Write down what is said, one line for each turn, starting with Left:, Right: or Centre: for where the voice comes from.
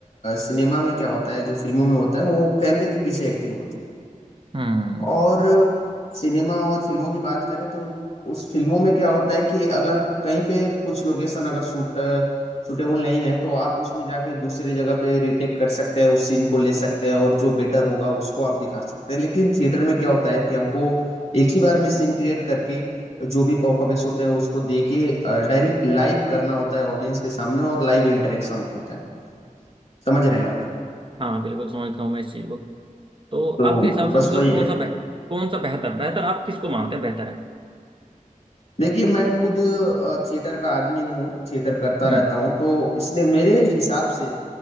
Left: सिनेमा में क्या होता है जो फिल्मों में होता है वो कैमरे के पीछे एक्टिंग होती है
Right: हम्म
Left: और सिनेमा और फिल्मों की बात करें तो उस फिल्मों में क्या होता है कि अगर कहीं पे कुछ लोकेशन अगर सूट सूटेबल नहीं है तो आप उसमें जाके दूसरी जगह पे रीटेक कर सकते हैं उस सीन को ले सकते हैं और जो बेटर होगा उसको आप दिखा सकते हैं लेकिन थिएटर में क्या होता है कि हमको एक ही बार में सीन क्रिएट करके जो भी परफॉर्मेंस होते हैं उसको दे के डायरेक्ट लाइव करना होता है ऑडियंस के सामने और लाइव इंटरेक्शन होता है समझ रहे हैं आप
Right: हाँ बिल्कुल समझता हूँ मैं इस चीज़ को तो
Left: तो
Right: आपके हिसाब
Left: बस
Right: से मतलब
Left: वही
Right: कौन
Left: है
Right: सा बेह- कौन सा बेहतर बेहतर आप किसको मानते हैं बेहतर है
Left: देखिए मैं खुद अ, थिएटर का आदमी हूँ थिएटर करता
Right: हम्म
Left: रहता हूँ तो इसलिए मेरे हिसाब से